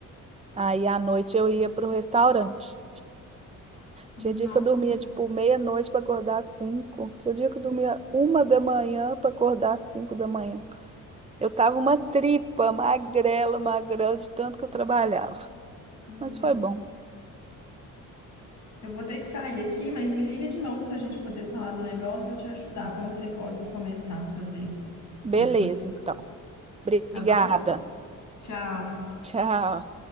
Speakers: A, on the right; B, on the left.
A: Aí à noite eu ia pro restaurante.
B: Nossa,
A: Tinha dia que eu dormia tipo meia-noite para acordar às cinco. Tinha dia que eu dormia uma da manhã para acordar às cinco da manhã. Eu tava uma tripa, magrela, magrela de tanto que eu trabalhava.
B: meu
A: Mas
B: Deus.
A: foi bom.
B: Eu vou ter que sair aqui, mas me liga de novo para a gente poder falar do negócio. Eu vou te ajudar. Como que você pode começar a fazer
A: Beleza,
B: para estruturar?
A: então. Obrigada.
B: Tá bom? Tchau.
A: Tchau.